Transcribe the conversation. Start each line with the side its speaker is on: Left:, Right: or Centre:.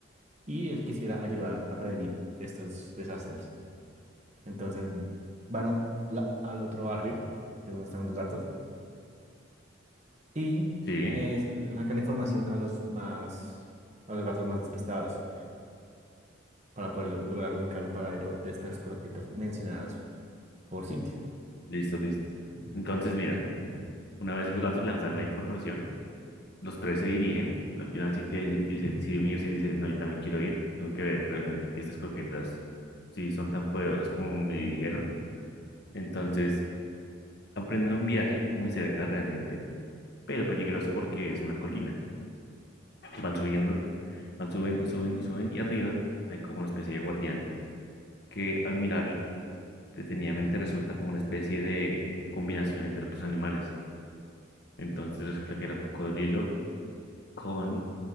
Right: y él quisiera ayudar a prevenir estos desastres. Entonces van al, la- al otro barrio, que es donde están los gatos, y
Left: Sí,
Right: eh, sacan información a los más, a los gatos más despistados para poder lo- lograr ubicar el paradero de estas croquetas mencionadas por Cintia.
Left: listo, listo. Entonces, mira, una vez los gatos les dan la información, Los tres se dirigen. Al final Cintia di- dice, decide unirse y dice, no, yo también quiero ir. Tengo que ver realmente que estas croquetas sí son tan poderosas como me dijeron. Entonces, aprenden un viaje muy cerca realmente, pero peligroso porque es una colina. Van subiendo, van, suben y suben y suben y arriba hay como una especie de guardián que al mirarlo detenidamente resulta como una especie de combinación entre otros animales. Entonces resulta que era un cocodrilo con